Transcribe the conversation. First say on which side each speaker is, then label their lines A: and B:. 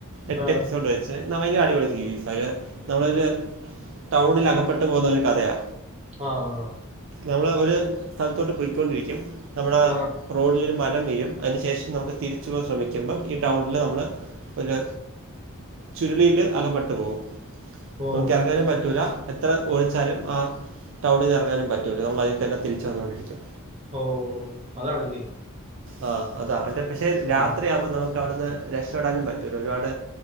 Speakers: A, on the right (about 60°); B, on the right (about 30°).
A: എട്ട്
B: ആ.
A: എപ്പിസോഡ് വരും അത് എന്നാൽ ഭയങ്കര അടിപൊളി സീരിയസ് ആഹ് നമ്മളൊരു ടൗണിൽ അകപ്പെട്ട് പോകുന്ന ഒരു കഥയാ
B: ആഹ് ആഹ്
A: നമ്മൾ ഒരു സ്ഥലത്തോട്ട് പോയികൊണ്ടിരിക്കും നമ്മുടെ
B: ആ.
A: റോഡിലൊരു മരം വീഴും അതിനുശേഷം നമുക്ക് തിരിച്ചു പോകൻ ശ്രമിക്കുമ്പം ഈ ടൗണില് നമ്മള് ഒരു ചുരുളിയില് അകപ്പെട്ടു പോകും
B: ഓ
A: നമ്മുക്കിറങ്ങാനും പറ്റൂല. എത്ര ഓടിച്ചാലും ആഹ് ടൗണിൽ നിന്ന് ഇറങ്ങാനും പറ്റില്ല. നമ്മൾ അതിൽ തന്നെ തിരിച്ചു വന്നു കൊണ്ടിരിക്കും
B: ഓഹ് അതാണല്ലേ
A: ആഹ് അതാ അതേ പക്ഷെ രാത്രിയാവുമ്പോൾ
B: ആ
A: നമുക്ക് അവിടുന്ന് രക്ഷ രക്ഷപെടാനും പറ്റൂല ഒരുപാട്